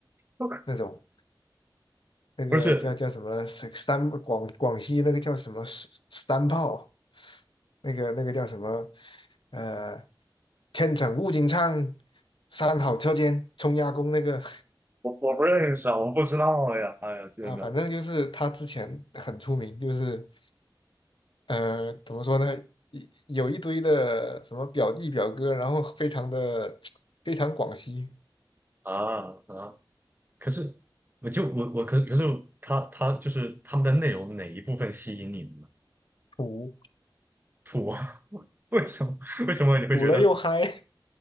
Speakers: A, on the right; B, on the left.
A: <laughs>
B: 那种，那个叫叫什么三三广广西那个叫什么三炮，
A: 不是，
B: 那个那个叫什么呃，天成物金畅，三好车间冲压工那个
A: 我我不认识啊，我不知道呀，哎呀，
B: <laughs>
A: 真的
B: 啊，反正就是他之前很出名，就是。呃，怎么说呢？一有一堆的什么表弟表哥，然后非常的非常广西
A: 啊啊！可是，我就我我可是可是他他就是他们的内容哪一部分吸引你呢？
B: 土
A: 吐，<laughs> 为什么为什么你会觉得
B: 土了又嗨，